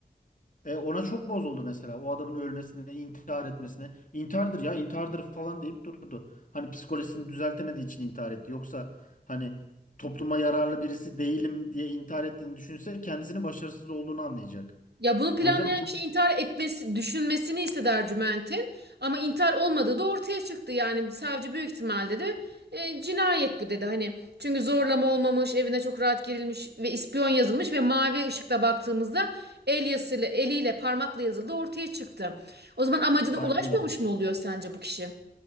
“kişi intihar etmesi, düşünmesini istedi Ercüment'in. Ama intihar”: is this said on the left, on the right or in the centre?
Right